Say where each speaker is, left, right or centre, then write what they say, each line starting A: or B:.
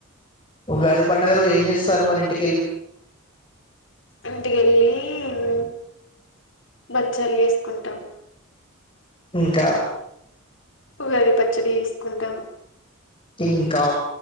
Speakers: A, on the left; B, on the left.
A: ఉగాది పండుగ రోజు ఏం చేస్తారు మరి ఇంటి
B: ఇంటికెళ్ళి కి బచ్చాలు చేసుకుంటాం
A: ఇంకా
B: ఉగాది పచ్చడి తీసుకుంటాం
A: తింకా